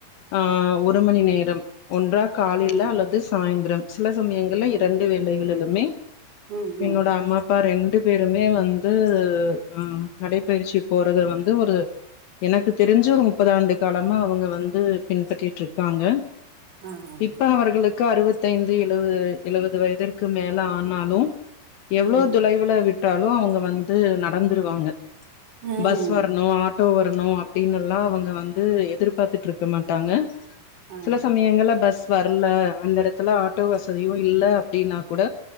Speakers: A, on the left; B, on the right.
A: ஆஹ் ஒரு மணி நேரம் ஒன்றா கால
B: ம்
A: யில அல்லது சாயந்தரம் சில சமயங்கள்ல
B: ம்
A: இரண்டு வேலைகளிலுமே
B: ம்
A: என்னோட
B: ம்
A: அம்மா அப்பா ரெண்டு ரண்டு பேருமே வந்து அஹ் நடைப்பயிற்சி போறது வந்து ஒரு எனக்கு தெரிஞ்ச ஒரு முப்பது ஆண்டு காலமா அவங்க வந்து பின்பற்றிட்டு இருக்காங்க
B: ஆ ஆ
A: இப்ப அவர்களுக்கு அறுபத்தைந்து எழுபது வயதிற்கு மேல ஆனாலும் எவ்வளவு
B: ம்
A: தொலைவுல விட்டாலும் அவங்க வந்து நடந்துருவாங்க
B: ம்
A: பஸ்வருனும் ஆட் டோ வரணும் அப்படின்னு எல்லாம் அவங்க வந்து எதிர்பார்த்துட்டு இருக்க மாட்டாங்க
B: ஆ
A: சில சமயங்கள பஸ் வரல அந்த இடத்துல ஆட்டோ வசதியும் இல்லை அப்படின்னா கூட